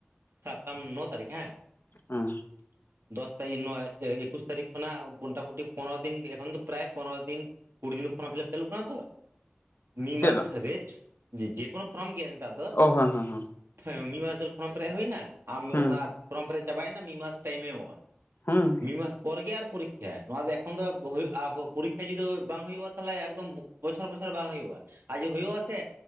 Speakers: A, on the right (about 80°); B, on the left (about 65°).
A: ᱥᱟᱵ ᱠᱟᱢ ᱱᱚ ᱛᱟᱹᱨᱤᱠᱷ ᱦᱮᱸ᱾
B: ᱦᱮᱸ᱾
A: <inaudible> ᱫᱚᱥ ᱛᱟᱨᱤᱠᱷ ᱱᱚᱜ ᱚᱭ ᱮᱠᱩᱥ ᱛᱟᱹᱨᱤᱠᱷ ᱠᱷᱚᱱᱟᱜ ᱢᱳᱚᱴᱟᱢᱩᱴᱤ ᱯᱚᱱᱮᱨᱚ ᱫᱤᱱ ᱮᱠᱷᱚᱱ ᱫᱚ ᱯᱨᱟᱭ ᱯᱚᱱᱮᱨᱚ ᱫᱤᱱ ᱠᱩᱲᱤ ᱫᱤᱱ ᱯᱷᱚᱨᱚᱢ ᱯᱷᱤᱞᱟᱯ ᱪᱟᱹᱞᱩᱜ ᱠᱟᱱᱟ ᱛᱚ, ᱢᱤᱜ
B: ᱪᱮᱫ
A: ᱢᱟᱥ
B: ᱞᱟᱝ
A: ᱨᱮᱥᱴ ᱡᱮᱠᱳᱱᱳ ᱯᱷᱨᱚᱢ ᱜᱮ ᱱᱮᱛᱟᱨ ᱫᱚ,
B: ᱚ ᱦᱮᱸ ᱦᱮᱸ
A: ᱦᱮᱸ ᱢᱤᱫ ᱢᱟᱥ ᱫᱷᱚᱨᱮ ᱯᱷᱨᱚᱢ ᱯᱮᱨᱮᱡ ᱦᱩᱭᱱᱟ ᱟᱢ
B: ᱦᱮᱸ
A: ᱚᱱᱟ ᱯᱷᱨᱚᱢ ᱯᱮᱨᱮᱡ ᱪᱟᱵᱟᱭᱱᱟ ᱢᱤᱫ ᱢᱟᱥ ᱴᱟᱭᱤᱢᱮ ᱮᱢᱚᱜᱼᱟ
B: ᱦᱚᱸ
A: ᱢᱤᱜ ᱢᱟᱥ ᱯᱚᱨ ᱜᱮ ᱟᱨ ᱯᱚᱨᱤᱠᱠᱷᱟ ᱱᱚᱣᱟ ᱫᱚ ᱮᱠᱷᱚᱱ ᱫᱚ ᱦᱩᱭᱩᱜᱼᱟ ᱯᱚᱨᱤᱠᱠᱷᱟ ᱡᱩᱫᱤ ᱵᱟᱝ ᱦᱩᱭᱩᱜᱼᱟ ᱛᱟᱦᱚᱞᱮ ᱮᱠᱫᱚᱢ ᱵᱚᱪᱷᱚᱨ ᱵᱚᱪᱷᱚᱨ ᱵᱟᱝ ᱦᱩᱭᱩᱜᱼᱟ ᱟᱨ ᱡᱮ ᱦᱩᱭᱩᱜᱼᱟ ᱥᱮ